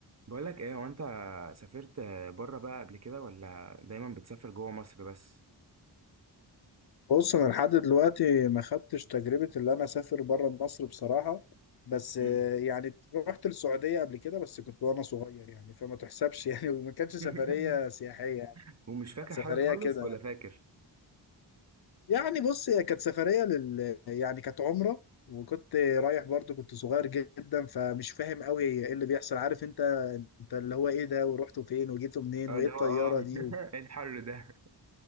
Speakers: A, on the right; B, on the left.
A: بقول لك ايه وانت سافرت بره بقى قبل كده ولا دايما بتسافر جوه مصر بس
B: بص انا لحد دلوقتي ما خدتش تجربه اللي انا اسافر بره مصر بصراحه بس آه،
A: مم.
B: يعني رحت السعوديه قبل كده بس كنت وانا صغير يعني فما تحسبش يعني <laughs> وما كانتش سفريه
A: <laughs>
B: سياحيه يعني
A: ومش فاكر
B: كانت سفريه
A: حاجه خالص
B: كده
A: ولا
B: يعني
A: فاكر
B: يعني بص هي كانت سفريه لل يعني كانت عمره وكنت رايح برضو كنت صغير جدا فمش فاهم قوي ايه اللي بيحصل عارف انت انت اللي هو ايه ده ورحتوا فين وجيتوا منين
A: اه
B: وايه
A: اللي
B: الطياره
A: هو اه
B: دي
A: <laughs> ايه الحر ده